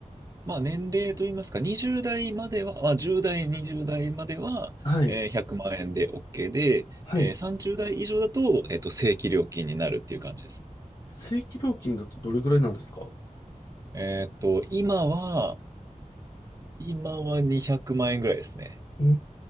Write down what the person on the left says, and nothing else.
はい。
はい。
正規料金だとどれぐらいなんですか
うー